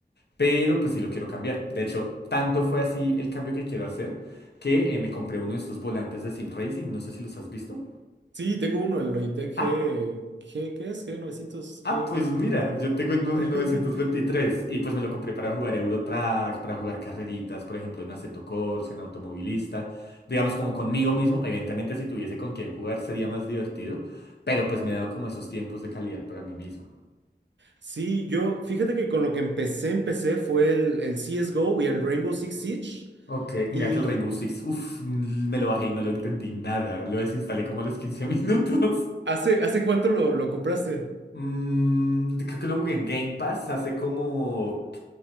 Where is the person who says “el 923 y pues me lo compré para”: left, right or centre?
Left